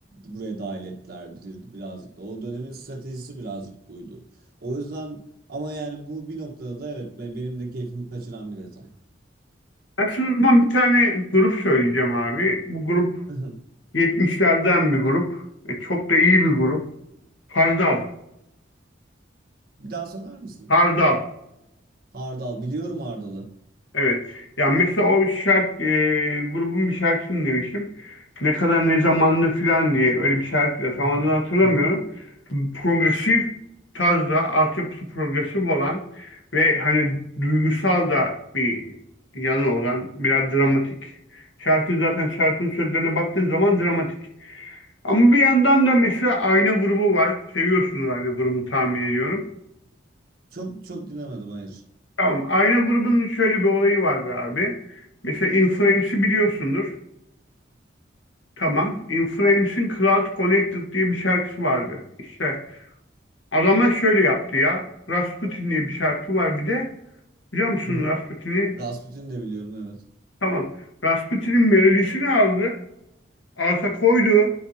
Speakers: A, on the right (about 55°); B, on the left (about 85°).
A: buraya dahil ettiler bir, birazcık da. O dönemin stratejisi birazcık buydu. O yüzden ama yani bu bir noktada da evet be- benim de keyfimi kaçıran bir detay.
B: aslında o zaman bir tane grup söyleyeceğim abi. Bu grup
A: <laughs>
B: 70'lerden bir grup. E, çok da iyi bir grup. Hardal.
A: Bir daha söyler misin?
B: Hardal.
A: Hardal biliyorum Hardal'ı.
B: Evet. Ya mesela o şarkı e, grubun bir şarkısını demiştim. Ne kadar ne zamanda filan diye öyle bir şarkı da tam
A: <laughs>
B: adını hatırlamıyorum. Progresif tarzda altyapısı progresif olan ve hani duygusal da bir yanı olan biraz dramatik. Şarkı zaten şarkının sözlerine baktığın zaman dramatik. Ama bir yandan da mesela Ayna grubu var. Seviyorsunuz Ayna grubunu tahmin ediyorum.
A: Çok çok dinlemedim hayır.
B: Tamam. Ayna grubunun şöyle bir olayı vardı abi. Mesela Inflames'i biliyorsundur. Tamam. In Flames'in Cloud Connected diye bir şarkısı vardı. İşte adamlar şöyle yaptı ya. Rasputin diye bir şarkı var bir de. Biliyor musun
A: <laughs>
B: Rasputin'i?
A: Rasputin de biliyorum evet.
B: Tamam. Rasputin'in melodisini aldı. Alta koydu.